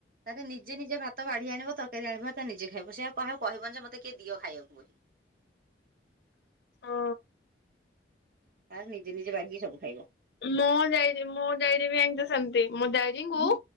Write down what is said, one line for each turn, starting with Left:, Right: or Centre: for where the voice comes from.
Right: ତାରେ ନିଜେ ନିଜେ ଭାତ ବାଢ଼ି ଆଣିବ, ତରକାରୀ ଆଣିବ ହାରି ତା ନିଜେ ଖାଇବ। ସେ ଆଉ କାହାକୁ କହିବନି ଯେ ମୋତେ କିଏ ଦିଅ ଖାଇବାକୁ ବୋଲି।
Left: ଓ।
Right: ତାର ନିଜେ ନିଜେ ବାଢ଼ିକି ସବୁ ଖାଇବ।
Left: ମୋ ଡାଡି ମୋ ଡାଡି ବିଜାଣିଚ ସେମତି। ମୋ ଡାଡିଙ୍କୁ
Right: ହୁଁ